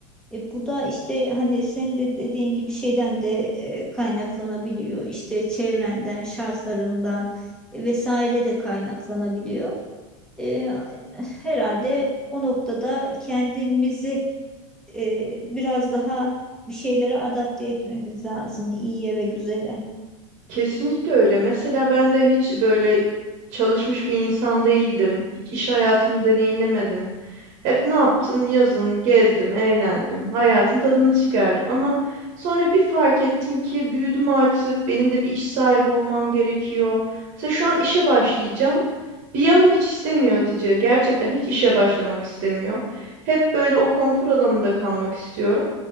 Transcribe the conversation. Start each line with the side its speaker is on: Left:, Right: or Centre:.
Centre: E, bu da işte hani senin de dediğin gibi şeyden de e, kaynaklanabiliyor. İşte çevrenden, şartlarından e, vesaire de kaynaklanabiliyor. E, herhalde o noktada kendimizi e, biraz daha bir şeylere adapte etmemiz lazım iyiye ve güzele.
Right: Kesinlikle öyle. Mesela ben de hiç böyle çalışmış bir insan değildim. Hiç iş hayatını deneyimlemedim. Hep ne yaptım? Yazın gezdim, eğlendim, hayatın tadını çıkardım. Ama sonra bir fark ettim ki büyüdüm artık, benim de bir iş sahibi olmam gerekiyor. Mesela şu an işe başlayacağım. Bir yanım hiç istemiyor Hatice. Gerçekten hiç işe başlamak istemiyor. Hep böyle o konfor alanında kalmak istiyorum.